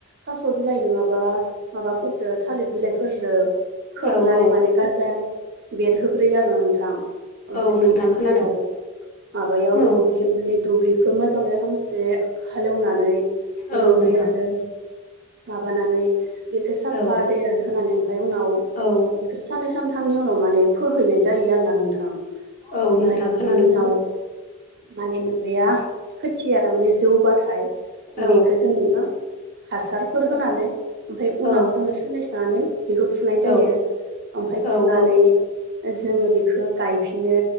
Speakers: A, on the right; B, on the left.
A: थास' बिलाइ नोङाबा माबाफोर ओ थालिर बिलाइफोरजो खोबनानै
B: औ औ
A: माने गाजा बेरहोग्रोयो आरो ना नोंथां। ओमफाय
B: औ नोंथां
A: बेखौ
B: खोनादों
A: उनाव माबायाव
B: औ
A: दुब्लि माने दुब्लिखौ मोजां खामसे हालेवनानै बेनिफाय
B: औ नोंथां
A: आरो माबानानै बेखो साफा
B: औ
A: दै रान होनानै ओमफाय उनाव <unintelligible>
B: औ
A: साननै सान थामनि उनाव माने फोहैनाय जायो आरोना नोंथां।
B: औ
A: ओमफाय
B: नोंथां
A: बिनि
B: खोनादों
A: उनाव माने माबाया खोथिया तामाने जौबाथाय
B: औ
A: बिखो जोङो हासार फोर
B: औ
A: होनानै ओमफाय उनाव
B: औ
A: जोङो साननैसो थानानै बेखौ फुनाय जायो
B: औ
A: ओमफाय फुनानै
B: औ
A: जोङो बिखो गायफिनो